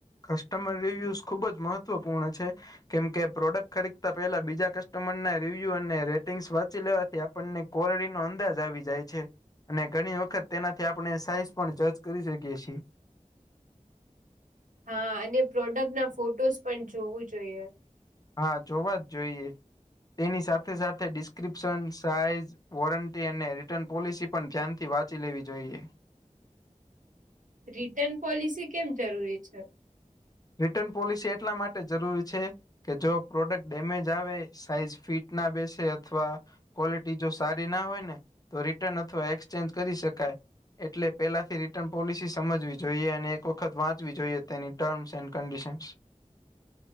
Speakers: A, on the left; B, on the right.
A: કસ્ટમર રિવ્યુઝ ખુબ જ મહત્વપૂર્ણ છે. કેમ કે, પ્રોડક્ટ ખરીદતા પેલા બીજા કસ્ટમર ના રિવ્યુ અને રેટિંગ્સ વાંચી લેવાથી. આપણને કોરડીનો અંદાજ આવી જાય છે. અને ઘણી વખત તેનાથી આપણે સાઈઝ પણ જજ કરી શકીએ છીએ.
B: હા, અને પ્રોડક્ટ ના ફોટોઝ પણ જોવું જોઈએ.
A: હા, જોવા જ જોઈએ, તેની સાથે-સાથે ડિસ્ક્રિપ્શન સાઈઝ વોરંટી અને રિટર્ન પોલિસી પણ ધ્યાનથી વાંચી લેવી જોઈએ.
B: રિટર્ન પોલિસી કેમ જરૂરી છે?
A: રિટર્ન પોલિસી એટલા માટે જરૂરી છે. કે જો પ્રોડક્ટ ડેમેજ આવે, સાઈઝ ફીટ ના બેસે અથવા ક્વોલિટી જો સારી ના હોય ને, તો રિટર્ન અથવા એક્સચેન્જ કરી શકાય. એટલે પેલાથી રિટર્ન પોલિસી સમજવી જોઈએ, અને એક વખત વાંચવી જોઈએ, તેની ટર્મસ એન્ડ કંડીશનસ.